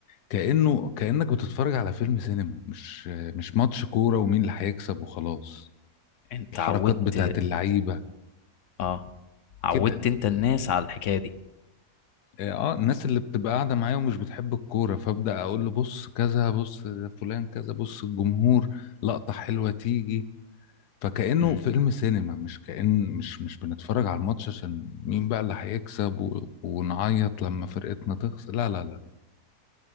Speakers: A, on the left (about 75°); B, on the left (about 60°).
A: كأنه كأنك بتتفرج على فيلم سينما مش مش ماتش كورة ومين اللي هيكسب وخلاص
B: انت
A: الحركات
B: عودت
A: بتاعت اللعيبة
B: اه عودت
A: كده يعني.
B: انت الناس على الحكايه دي
A: اه الناس اللي بتبقى قاعدة معايا ومش بتحب الكورة فأبدأ اقول له بص كذا بص فلان كذا بص الجمهور لقطة حلوة تيجي فكأنه
B: امم
A: فيلم سينما مش كأن مش مش بنتفرج على الماتش عشان مين بقى اللي هيكسب و... ونعيط لما فرقتنا تخسر لا لا لا